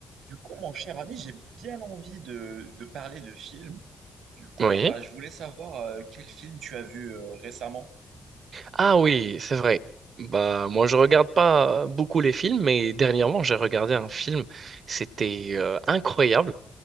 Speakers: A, on the right (about 75°); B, on the right (about 60°).
A: Du coup, mon cher ami, j'ai bien envie de, de parler de films. Du coup,
B: Oui.
A: bah, je voulais savoir euh, quel film tu as vu euh, récemment.
B: Ah oui, c'est vrai. Bah moi je regarde pas beaucoup les films, mais dernièrement j'ai regardé un film. C'était euh, incroyable.